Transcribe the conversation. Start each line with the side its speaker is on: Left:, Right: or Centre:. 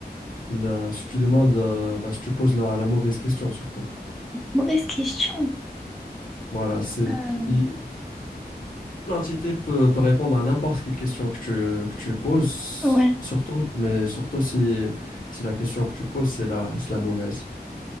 Left: la, si tu demandes, euh, bah, si tu poses la, la mauvaise question surtout.
Centre: Mauvaise question.
Left: Voilà, c'est,
Centre: Euh,
Left: il- L'entité peut, peut répondre à n'importe quelle question que tu, que tu poses,
Centre: Ouais.
Left: surtout, mais surtout si, si la question que tu poses, c'est la, c'est la mauvaise.